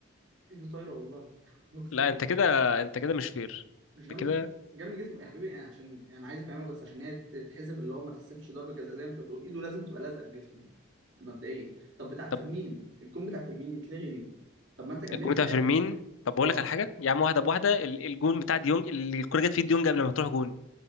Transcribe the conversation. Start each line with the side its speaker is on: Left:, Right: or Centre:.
Right: ايده طايره والله <laughs> اقسم
Left: لا
Right: بالله
Left: انت كده انت كده مش فير
Right: مش جنب
Left: انت كده
Right: جنب جسمه يا حبيبي انا عشان انا عايز افهمك بس عشان هي تتحسب اللي هو ما تحسبش ضربه جزاء زي ما انت بتقول ايده لازم تبقى لازقه في جسمه مبدئيا طب بتاع
Left: طب
Right: فيرمين الجون بتاع فيرمين يتلغي دي طب ما انت كملت
Left: الجون بتاع
Right: لعب
Left: فيرمين طب بقول
Right: اه
Left: لك على حاجه يا عم واحده بواحده ال- الجون بتاع ديونج اللي الكوره جت في ديونج قبل ما تروح جون